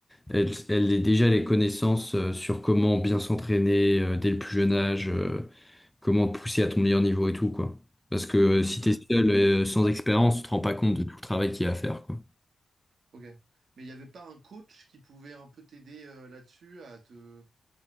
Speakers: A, in the centre; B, on the right.
A: elle, elle ait déjà les connaissances euh, sur comment bien s'entraîner euh, dès le plus jeune âge euh, comment te pousser à ton meilleur niveau et tout quoi parce que euh, si
B: ouais,
A: t'es seul euh, sans expérience tu te rends pas compte de tout le travail qu'il y a à faire quoi.
B: ok. Mais il n'y avait pas un coach qui pouvait un peu t'aider euh, là-dessus à te...